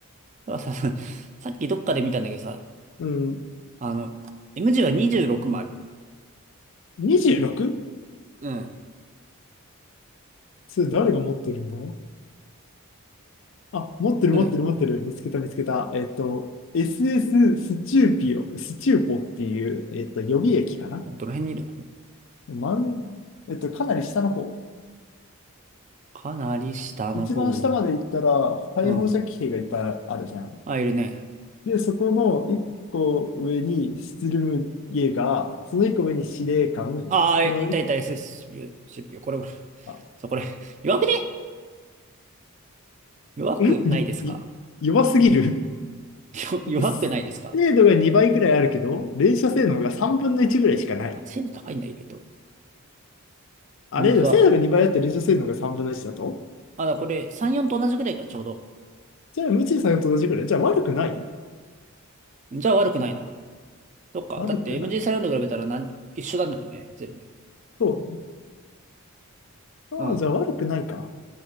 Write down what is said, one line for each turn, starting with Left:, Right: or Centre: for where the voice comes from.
Right: な。だからさ、<laughs> さっきどっかで見たんだけどさ、
Left: うん。
Right: あの、M 字は26もあるよ。
Left: 26?
Right: うん。
Left: それ誰が持ってるんだあ、持ってる持ってる持ってる。
Right: どれだっけ
Left: 見つけた見つけた。えっと、SS スエススチューピオ、スチューポっていう、えっと、予備駅かな。
Right: どの辺にいる
Left: まん、えっと、かなり下の方。
Right: かなり下の方。
Left: 一番下まで行ったら、解放射器兵がいっぱいあるじゃん。
Right: うん。あ、いるね。
Left: で、そこの一個上にスツルムゲーガー、その一個上に司令官、
Right: ああ、
Left: その一個、
Right: いたいた SSP、CPU。これ、これ。
Left: あ、
Right: そう、これ。弱くね弱くないですか
Left: んいい弱すぎる。
Right: よ <laughs> 弱くないですか
Left: だって、精度が2倍くらいあるけど、連射性能が3分の1ぐらいしかない。
Right: 精度高いんだ、意外と。
Left: あれでも、
Right: 本当だ。
Left: 精度が2倍あって臨床性能が3分の1だと
Right: あ、だ、これ、34と同じくらいか、ちょうど。
Left: じゃあ、無知作んと同じくらい。じゃあ、悪くない
Right: じゃあ悪くないな。そっか。
Left: 悪くない。
Right: だって MG34 と比べたらなん一緒なんだもんね、全部。
Left: そう。
Right: うん。
Left: ああ、じゃあ悪くないか。